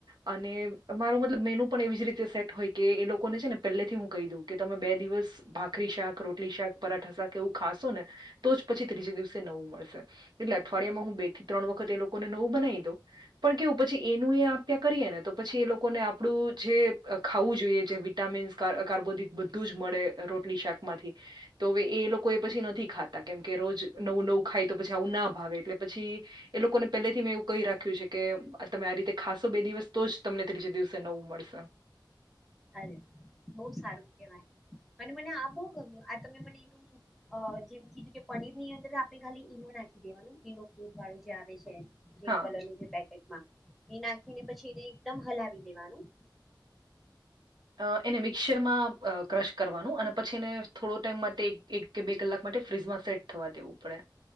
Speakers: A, on the right (about 65°); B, in the centre.
A: અને અરું મતલબ મેનુ પણ એવી જ રીતે સેટ હોય કે એ લોકોને છે ને પહેલેથી હું કહી દઉં કે તમે બે દિવસ ભાખરી શાક રોટલી શાક પરાઠા શાક એવું ખાશો ને તો જ પછી ત્રીજ દિવસે નવું મળશે એટલે અઠવાડિયામાં હું બે થી ત્રણ વખત એ લોકોને નવું બનાવી દઉં પણ કેવું પછી એનું એ કરીએ ને તો પછી એ લોકોને આપણું જે ખાવું જોઈએ જે વિટામીન્સ કાર્બોદિક બું ધું જ મળે રોટલી શાક માંથી તો હવે એ લોકો એ પછી નથી ખાતા કેમ કે રોજ નવું નવું ખાય તો પછી આવું ના ભાવે એટલે પછી એ લોકોને પેલેથી મેં એવું કહી રાખ્યું છે કે તમે આ રીતે ખાસ બે દિવસ તો જ તમને ત્રીજે દિવસે નવું મળશે.
B: અરે વા બહુ સારું કેવાય અને મને આ બહુ ગમ આ તમે મને એનું અ જેમ કીધું કે પનીર ની અંદર આપણે ખાલી ઈનો નાખી દેવાનું ઈનો ફ્રૂટ વાળું જે આવે છે. ક્રીમ
A: હા
B: કલરનું જે પેકેટમાં એ નાખીને પછી એને એકદમ હલાવી દેવાનું.
A: અ એને મિક્સરમાં ક્રશ કરવાનું અને પછી એને થોડો ટાઈમ માટે એક કે બે કલાક માટે ફ્રીજમાં સેટ થવા દેવું પડે